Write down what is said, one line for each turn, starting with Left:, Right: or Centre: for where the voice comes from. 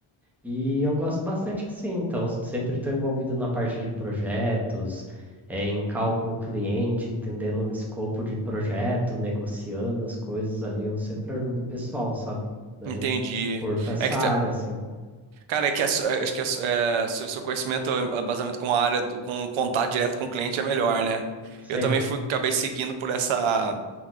Centre: E eu gosto bastante assim, então sempre estou envolvido na parte de projetos, eh, em call com o cliente, entendendo o escopo de projeto, negociando as coisas ali, eu sempre ajudo o pessoal, sabe? Daí
Right: entendi.
Centre: eu curto essa
Right: É que,
Centre: área,
Right: tá,
Centre: assim.
Right: Cara, é que a su- é, acho que a su- é, se o seu conhecimento é baseado com a área, do- com contato direto com o cliente é melhor, né?
Centre: Sim,
Right: Eu também fui, acabei seguindo por essa,